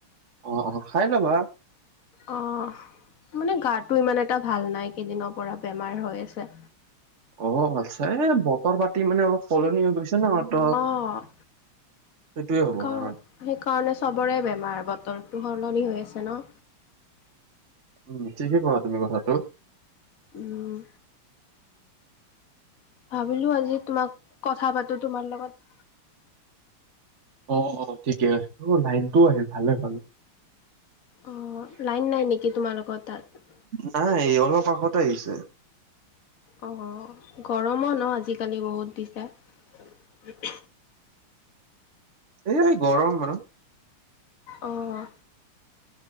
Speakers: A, on the right; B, on the left.
A: অ অ খাই ল'বা।
B: অ মানে গাটো ইমান এটা ভাল নাই কেইদিনৰ পৰা বেমাৰ হৈ আছে।
A: অ আচ্ছা এই বতৰ পাতি মানে অলপ সলনি হৈ গৈছে ন। ত
B: অঁ
A: সেইটোয়ে হ'ব
B: ক।
A: কাৰণ
B: সেইকাৰণে চবৰে বেমাৰ বতৰটো সলনি হৈ আছে ন।
A: উম ঠিকে কলা তুমি কথাটো
B: ওম ভাবিলো আজি তোমাক কথা পাতো তোমাৰ লগত
A: অ অ ঠিকে অ লাইন টোও আহিল ভালে হ'ল
B: অ লাইন নাই নিকি তোমালোকৰ তাত
A: নাই অলপ আগতে আহিছে
B: অ গৰমো ন আজিকালি বহুত দিছে।
A: এই গৰম আৰু
B: অ'